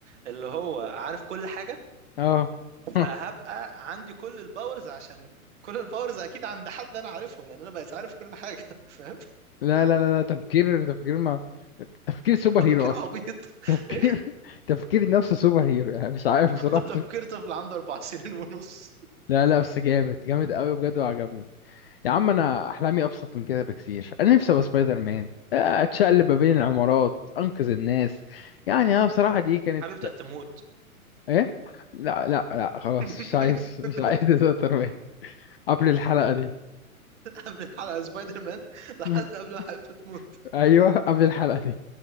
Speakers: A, on the right; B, on the left.
A: اللي هو عارف كل حاجه
B: اه <laughs>
A: فهبقى عندي كل الباورز عشان كل الباورز اكيد عند حد انا عارفهم لان انا بقيت عارف كل حاجه <laughs> فاهم
B: لا لا لا لا تفكير تفكير ما تفكير سوبر
A: هو
B: هيرو
A: تفكير عبيط <laughs>
B: تفكير
A: ايه
B: <laughs> تفكير نفس سوبر هيرو يعني مش عارف بصراحة
A: هو تفكير طفل عنده اربع سنين ونص
B: لا لا بس جامد جامد قوي بجد وعجبني يا عم انا احلامي ابسط من كده بكتير انا نفسي ابقى سبايدر مان آه، اتشقلب ما بين العمارات انقذ الناس يعني انا بصراحة دي كانت
A: حبيبتك تموت
B: ايه لا لا لا خلاص
A: <laughs>
B: مش عايز مش عايز <laughs> سبايدر مان قبل الحلقة دي
A: قبل الحلقه سبايدر مان لحد
B: <laughs>
A: قبل ما حبيبته تموت
B: ايوه <laughs> قبل الحلقه دي